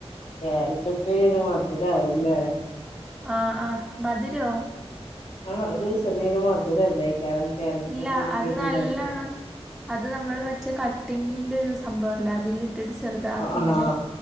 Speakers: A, on the left; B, in the centre.
A: ക്യാരെറ്റുപ്പേരി ഒരു മധുരമാവുലേ?
B: ആഹ് ആഹ് മധുരോ?
A: ആഹ് അത് ചെറിയൊരു മധുരവല്ലേ ഈ ക്യാര ക്യാരെറ്റെക്കെയുപ്പേരിയുണ്ടാക്കിയാൽ?
B: ഇല്ല അത് നല്ലണം അത് നമ്മള് മറ്റേ കട്ടിങ്ങിന്റൊരു സംഭവില്ലേ, അതിലിട്ട് ഇട്ടിട്ട് ചെറുതാക്കിങ്ങനെ
A: ആഹ്